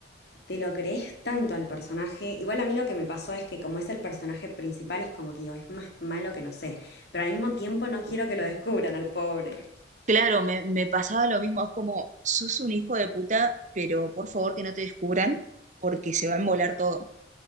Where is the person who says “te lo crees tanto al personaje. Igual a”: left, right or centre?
Left